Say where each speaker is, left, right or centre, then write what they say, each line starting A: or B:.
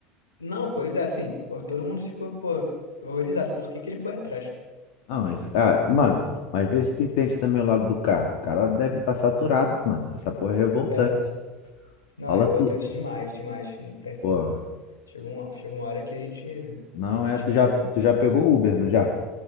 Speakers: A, on the left; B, on the left.
A: Não, pois é, assim, pô, todo mundo ficou, pô, horrorizado. Por que que ele foi atrás?
B: Não, isso. Ah, mano, mas vê se tu entende também o lado do cara. O cara deve estar saturado, mano. Essa porra é revoltante.
A: É, não,
B: Fala
A: é revoltante
B: tu.
A: demais, demais. Não tem, pô.
B: Pô,
A: Chegou uma, chega uma hora que a gente
B: não é.
A: descansa.
B: Tu já, tu já pegou Uber, não já?